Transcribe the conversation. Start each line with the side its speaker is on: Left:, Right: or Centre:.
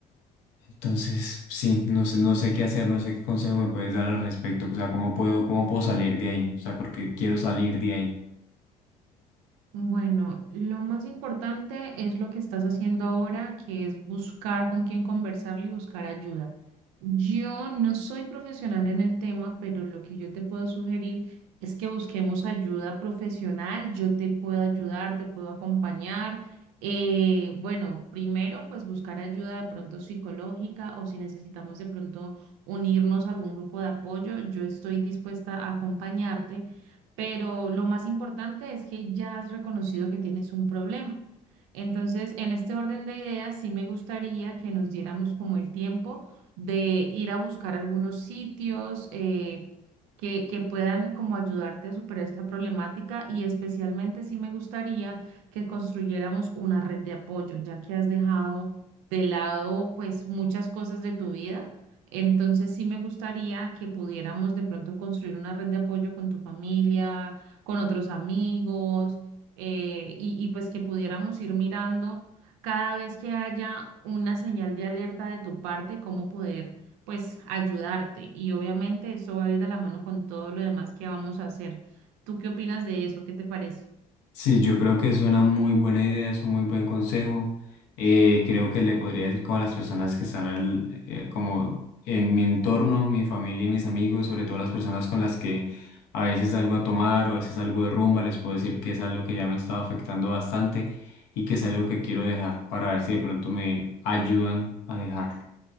Left: Entonces, sí, no sé, no sé qué hacer, no sé qué consejo me puedes dar al respecto. O sea, ¿cómo puedo, cómo puedo salir de ahí? O sea, porque quiero salir de ahí.
Right: Bueno, lo más importante es lo que estás haciendo ahora, que es buscar con quién conversar y buscar ayuda. Yo no soy profesional en el tema, pero lo que yo te puedo sugerir es que busquemos ayuda profesional. Yo te puedo ayudar, te puedo acompañar. Eh, bueno, primero, pues buscar ayuda de pronto psicológica o si necesitamos de pronto unirnos a algún grupo de apoyo, yo estoy dispuesta a acompañarte pero lo más importante es que ya has reconocido que tienes un problema. Entonces, en este orden de ideas, sí me gustaría que nos diéramos como el tiempo de ir a buscar algunos sitios eh, que, que puedan como ayudarte a superar esta problemática y especialmente sí me gustaría que construyéramos una red de apoyo, ya que has dejado de lado pues muchas cosas de tu vida entonces sí me gustaría que pudiéramos de pronto construir una red de apoyo con tu familia, con otros amigos, eh, y, y pues que pudiéramos ir mirando cada vez que haya una señal de alerta de tu parte, cómo poder pues ayudarte. Y obviamente eso va a ir de la mano con todo lo demás que vamos a hacer. ¿Tú qué opinas de eso? ¿Qué te parece?
Left: Sí, yo creo que es una muy buena idea, es un muy buen consejo. Eh, creo que le podría decir como a las personas que están al- eh, como en mi entorno, mi familia y mis amigos, sobre todo las personas con las que a veces salgo a tomar o a veces salgo de rumba, les puedo decir que es algo que ya me está afectando bastante y que es algo que quiero dejar para ver si de pronto me ayudan a dejarlo.